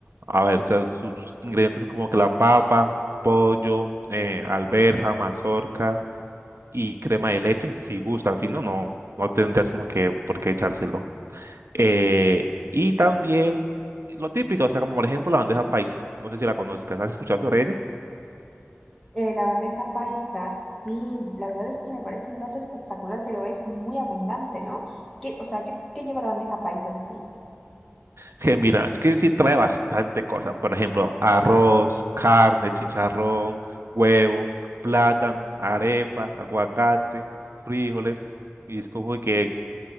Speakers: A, on the right; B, in the centre.
A: a ver, o sea, sus ingredientes son como que la papa, pollo, eh, alberja, mazorca y crema de leche, si gusta, si no, no, no tendrías como que por qué echárselo. Eh, y también lo típico, o sea, como por ejemplo la bandeja paisa. No sé si la conozcas, ¿has escuchado sobre ella?
B: Eh, la bandeja paisa, sí, la verdad es que me parece un plato espectacular, pero es muy abundante, ¿no? ¿Qué, o sea, ¿qué, qué lleva la bandeja paisa en sí?
A: Que mira, es que sí trae bastante cosas. Por ejemplo, arroz, carne, chicharrón, huevo, plátano, arepa, aguacate, frijoles. Y es como que